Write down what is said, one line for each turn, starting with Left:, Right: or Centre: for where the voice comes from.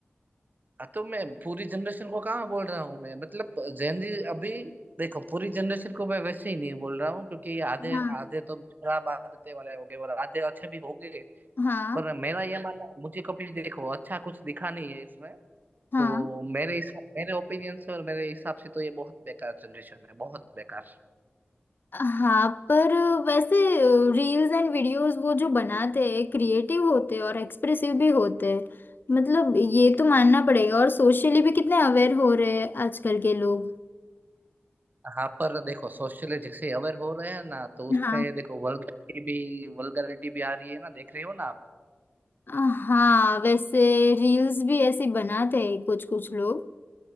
Right: हाँ, तो मैं पूरी जनरेशन को कहाँ बोल रहा हूँ मैं मतलब जेन अभी देखो पूरी जनरेशन को मैं वैसे ही नहीं बोल रहा हूँ क्योंकि आधे
Left: हाँ
Right: आधे तो खराब आदतें वाले हो गए और आधे अच्छे भी हो गए
Left: हाँ
Right: पर मेरा ये मानना मुझे कभी देखो अच्छा कुछ दिखा नहीं है इसमें
Left: हाँ
Right: तो मेरे हिसाब मेरे ओपिनियन से और मेरे हिसाब से तो ये बहुत बेकार जनरेशन है बहुत बेकार
Left: हाँ पर वैसे रील्स एंड वीडियोस वो जो बनाते हैं क्रिएटिव होते हैं और एक्सप्रेसिव भी होते हैं मतलब ये तो मानना पड़ेगा और सोशली भी कितने अवेयर हो रहे हैं आजकल के लोग
Right: हाँ पर देखो सोशल जैसे अवेयर हो रहे हैं ना तो उसमें
Left: हाँ
Right: देखो वल्गरिटी भी वल्गरिटी भी आ रही है ना देख रहे हो ना आप
Left: हाँ वैसे रील्स भी ऐसे बनाते हैं कुछ कुछ लोग